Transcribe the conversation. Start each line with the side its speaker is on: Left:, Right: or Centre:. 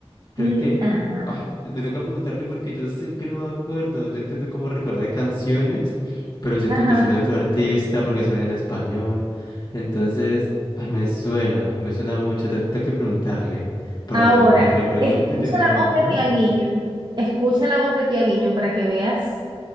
Left: Creo
Right: Mm,
Left: que
Right: Ajá,
Left: ah, me toca preguntarle porque yo sé que no me acuerdo. Yo intento como recordar canciones, pero siento
Right: ajá.
Left: que son de otro artista porque son en español. Entonces, ah, me suena, me suena mucho. te- Tengo que preguntarle. Pero
Right: Ahora,
Left: cuando te lo pregunte,
Right: escucha
Left: yo le
Right: la
Left: digo,
Right: voz
Left: ajá.
Right: de Tiaguiño, escucha la voz de Tiaguiño para que veas